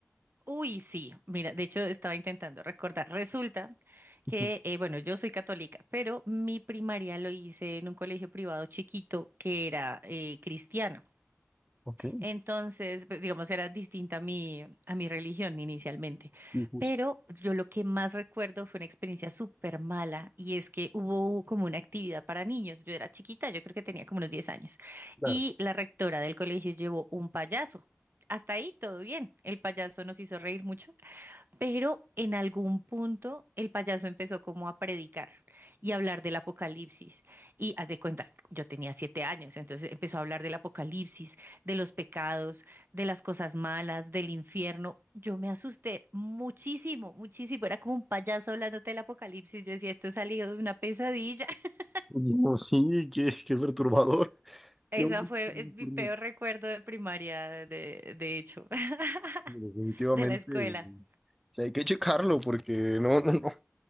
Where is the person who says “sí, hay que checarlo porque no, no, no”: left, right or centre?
Centre